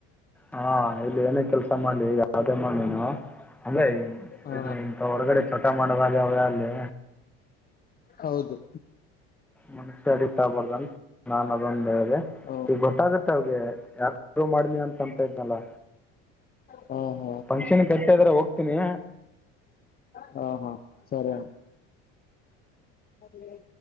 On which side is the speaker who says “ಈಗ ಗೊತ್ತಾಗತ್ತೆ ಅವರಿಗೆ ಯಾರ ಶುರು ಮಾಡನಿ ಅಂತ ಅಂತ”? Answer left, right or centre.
Centre